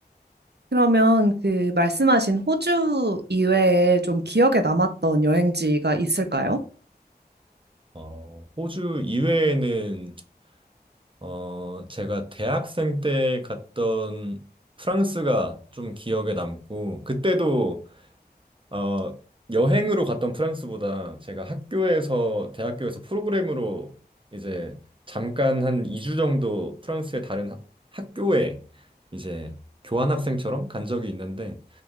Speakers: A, on the right; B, on the right.
A: 그러면 그 말씀하신 호주 이외에 좀 기억에 남았던 여행지가 있을까요?
B: 어, 호주 이외에는 어, 제가 대학생 때 갔던 프랑스가 좀 기억에 남고, 그때도, 어, 여행으로 갔던 프랑스보다 제가 학교에서, 대학교에서 프로그램으로 이제 잠깐 한 2주 정도 프랑스의 다른 하- 학교에 이제 교환학생처럼 간 적이 있는데,